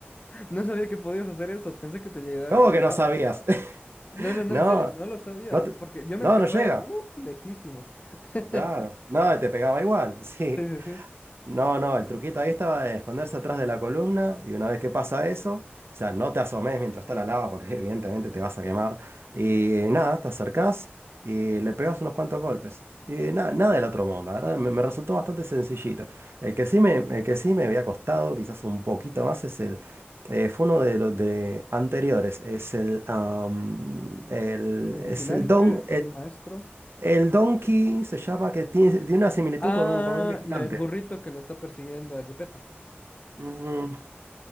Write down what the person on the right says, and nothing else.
¿Cómo
que no sabías? <laughs>
No,
no te-
no,
no llega.
Claro, no, y te pegaba igual, <laughs> sí.
No, no, el truquito ahí estaba de esconderse atrás de la columna y una vez que pasa eso, o sea, no te asomes mientras está la lava porque <laughs> evidentemente te vas a quemar. Y nada, te acercás y le pegas unos cuantos golpes. Y nada, nada del otro mundo, la ¿verdad? Me, me resultó bastante sencillito. El que sí me, el que sí me había costado quizás un poquito más es el... eh, fue uno de los de anteriores, es el, am, el,
es
el don,
el donkey se llama que tiene, tiene una similitud
con un, con un vigilante.
Ujú.